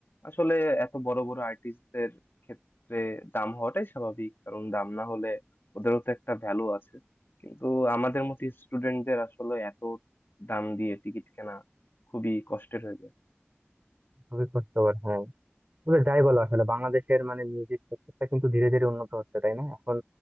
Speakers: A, on the left; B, on the right.
A: আসলে এত বড় বড় আর্টিস্টদের ক্ষেত্রে দাম হওয়াটাই স্বাভাবিক কারণ দাম না হলে ওদেরও তো একটা ভ্যালু আছে কিন্তু আমাদের মতো স্টুডেন্টদের আসলে এত দাম দিয়ে টিকিট কেনা খুবই কষ্টের হয়ে যায়
B: খুবই কষ্টকর হ্যাঁ তবে যাই বলো আসলে বাংলাদেশের মানে মিউজিক সেক্টরটা কিন্তু ধীরে ধীরে উন্নত হচ্ছে তাই না এখন